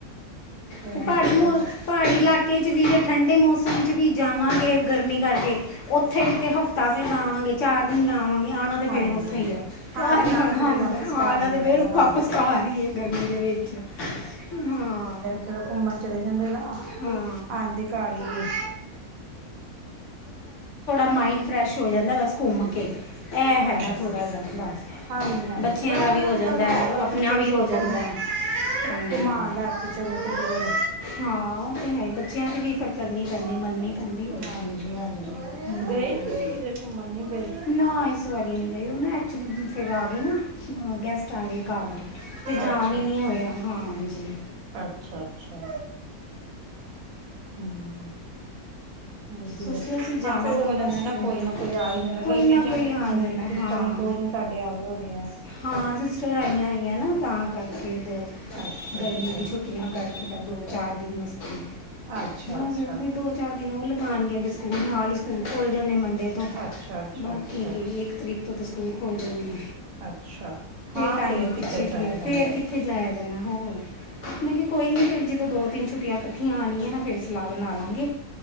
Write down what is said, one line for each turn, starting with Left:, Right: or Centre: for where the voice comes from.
Right: ਉਹ
Left: ਅਤੇ
Right: ਹੁੰਦਾ
Left: ਪਹਾੜੀ
Right: ਹੀ ਰਹਿੰਦਾ
Left: ਮੋਸਮ
Right: ਹੈ
Left: ਪਹਾੜੀ ਇਲਾਕੇ 'ਚ ਵੀ ਠੰਡੇ ਮੌਸਮ 'ਚ ਵੀ ਜਾਵਾਂਗੇ ਗਰਮੀ ਕਰਕੇ ਉੱਥੇ ਵੀ ਤੇ ਹਫ਼ਤਾ ਵੀ ਲਾਵਾਂਗੇ ਚਾਰ ਦਿਨ ਲਾਵਾਂਗੇ, ਆਉਣਾ ਤੇ ਫੇਰ
Right: ਹਾਂਜੀ।
Left: ਉੱਥੇ ਹੀ ਆ
Right: ਹਾਂਜੀ
Left: ਘਰ ਹੀ ਆਣਾ
Right: ਤੇ ਫਿਰ
Left: ਹੁੰਦਾ
Right: ਵਾਪਿਸ
Left: ਆਉਣਾ
Right: ਘਰ ਹੀ
Left: ਤੇ
Right: ਹੁੰਦਾ
Left: ਫਿਰ
Right: ਨਾ ਹਾਂਜੀ।
Left: ਵਾਪ ਘਰ ਹੀ ਹੈ ਗਰਮੀ ਦੇ ਵਿੱਚ ਹਾਂ।
Right: ਜਿੜਾ ਘੁੰਮਣ ਚਲੇ ਜਾਂਦੇ ਨਾ
Left: ਹਾਂ
Right: ਆਉਂਦੇ। ਘਰ ਹੀ ਹਾਂ।
Left: ਮਾਇੰਡ ਫਰੈਸ਼ ਹੋ ਜਾਂਦਾ ਬਸ ਘੁੰਮ ਕੇ। ਇਹ
Right: ਹਾਂਜੀ।
Left: ਹੈ ਥੋੜ੍ਹਾ ਜਿਹਾ ਬਸ
Right: ਹਾਂਜੀ-ਹਾਂਜੀ,
Left: ਬੱਚਿਆਂ
Right: ਪਰ
Left: ਦਾ
Right: ਐਵੇਂ
Left: ਵੀ ਹੋ
Right: ਨਾ ਅੱਜ-ਕੱਲ੍ਹ
Left: ਜਾਂਦਾ ਹੈ।
Right: ਹੀ
Left: ਆਪਣਾ
Right: ਬੱਚੇ
Left: ਵੀ ਹੋ
Right: ਸਗੋਂ
Left: ਜਾਂਦਾ।
Right: ਕਹਿੰਦੇ ਨੇ
Left: ਹਾਂਜੀ।
Right: ਘੁਮਾਣ ਲੈ ਕੇ ਚਲੋ ਕਿਧਰੇ।
Left: ਹਾਂ, ਉਹ ਤੇ ਹੈ ਬੱਚਿਆਂ ਦੀ ਵੀ ਫਿਰ ਕਰਨੀ ਪੈਂਦੀ
Right: ਹਾਂਜੀ
Left: ਮੰਨਣੀ ਪੈਂਦੀ ਹੋਰ ਕੀ
Right: -ਹਾਂਜੀ
Left: ਹਮ,
Right: ਗਏ ਨੀ ਤੁਸੀਂ ਕਿਤੇ ਘੁੰਮਣ ਨੀ ਗਏ?
Left: ਨਾ ਇਸ ਵਾਰੀ ਨਹੀਂ ਗਈ ਉਹ ਨਾ ਐਕਚੁਲੀ ਫਿਰ ਆ ਗਈ ਨਾ ਗੈਸਟ ਆ ਗਏ ਘਰ। ਫਿਰ ਜਾਣ
Right: ਅੱਛਾ-ਅੱਛਾ।
Left: ਹੀ ਨਹੀਂ ਹੋਇਆ। ਹਾਂਜੀ।
Right: ਅੱਛਾ-ਅੱਛਾ, ਹੂੰ, ਵਧੀਆ
Left: ਸੋਚਿਆ ਸੀ
Right: ਹਾਂ
Left: ਜਾਵਾਂਗੇ
Right: ਫੇਰ ਹੋ ਜਾਂਦਾ
Left: ਬਸ
Right: ਨਾ,
Left: ਫਿਰ
Right: ਕੋਈ ਨਾ ਕੋਈ ਆ ਹੀ ਜਾਂਦਾ
Left: ਕੋਈ
Right: ਗਰਮੀ
Left: ਨਾ
Right: ਚ
Left: ਕੋਈ ਆ
Right: ਹੂੰ,
Left: ਜਾਂਦਾ
Right: ਇਸ
Left: ਹਾਂ
Right: ਟਾਈਮ ਲੋ ਜਾਂਦੇ ਤੁਹਾਡੇ ਆ ਵੀ ਹੋਣੇ ਹੈ।
Left: ਹਾਂ ਸਿਸਟਰ ਆਈਆਂ ਹੋਇਆ, ਨਾ ਤਾਂ ਕਰਕੇ ਦੋ
Right: ਅੱਛਾ
Left: ਗਰਮੀ
Right: ਅੱਛਾ
Left: ਦੀ ਛੁੱਟੀ ਤੀਆਂ ਕਰਕੇ ਤਾਂ ਦੋ ਚਾਰ ਦੀ ਮਸਤੀ
Right: ਅੱਛਾ
Left: ਬਸ
Right: ਅੱਛਾ
Left: ਦੋ, ਚਾਰ ਦਿਨ ਉਹ ਲਗਾਉਣਗੇ, ਫਿਰ ਸਕੂਲ ਨਾਲ ਹੀ ਸਕੂਲ ਖੂਲ ਜਾਂਦੇ ਮੰੰਡੇ
Right: ਅੱਛਾ ਅੱਛਾ
Left: ਬਾਕੀ
Right: ਅੱਛਾ
Left: ਇੱਕ ਤਰੀਕ ਤੋਂ ਤਾਂ ਸਕੂਲ ਖੋਲ੍ਹ ਜਾਣੇ
Right: ਅੱਛਾ, ਹਾਂ
Left: ਟਾਈਮ
Right: ਫਿਰ ਕਿੱਧਰ
Left: ਪਿੱਛੇ ਕੀ
Right: ਜਾਇਆ
Left: ਰਹਿ-
Right: ਜਾਂਦਾ
Left: ਫਿਰ ਕਿੱਥੇ
Right: ਹੈ।
Left: ਜਾਇਆ ਜਾਣਾ, ਹੋਰ ਮੈਂ ਕਿਹਾ ਕੋਈ ਨੀ ਫੇਰ ਜਦੋਂ ਦੋ ਤਿੰਨ ਛੁੱਟੀਆਂ ਇਕੱਠੀਆਂ ਆਣਗੀਆਂ, ਨਾ ਫਿਰ ਸਲਾਹ ਬਣਾ ਲਾਂਗੇ,